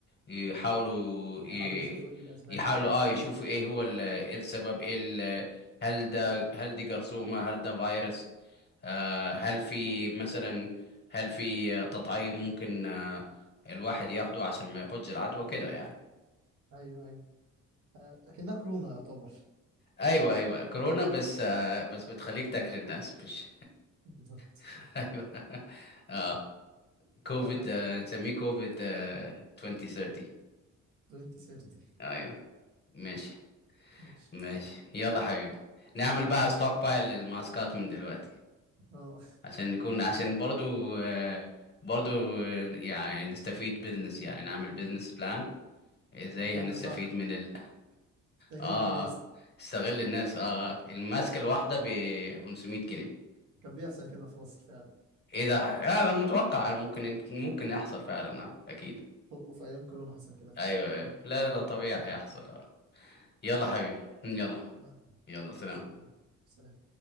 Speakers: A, on the left; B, on the right.
A: يحاولوا
B: يحاولوا
A: ي...
B: يشوفوا إيه الأسباب
A: يحاولوا
B: وكده
A: اه يشوفوا ايه هو ال... ايه السبب ايه ال... هل ده هل دي جرثومة هل ده فيروس آه هل في مثلا هل في تطعيم ممكن آه الواحد ياخده عشان ما ياخدش العدوى كده يعني
B: أيوه أيوه آه، لكنها كورونا يعتبر
A: ايوه ايوه كورونا بس آه، بس بتخليك تاكل الناس مش
B: بالظبط
A: <laughs> ايوه اه كوفيد
B: ف
A: آه، نسميه كوفيد آه، 2030
B: 2030
A: ايوه ماشي
B: ماشي
A: ماشي يلا حبيبي نعمل بقى ستوك بايل للماسكات من دلوقتي
B: اه
A: عشان نكون عشان برضو آه، برضو آه، يعني نستفيد بزنس يعني نعمل بزنس بلان ازاي
B: آه، فكرة
A: هنستفيد
B: صح
A: من ال
B: استغل
A: اه
B: الناس
A: آه. استغل الناس اه آه. الماسكة الواحدة ب 500 جنيه
B: كان بيحصل كده في مصر فعلا
A: ايه ده آه انا متوقع ممكن ممكن يحصل فعلا اه اكيد
B: وفي أيام كورونا حصل كده فعلا
A: ايوه ايوه لا لا لا طبيعي هيحصل اه يلا حبيبي يلا
B: يلا
A: يلا سلام
B: سلام سلام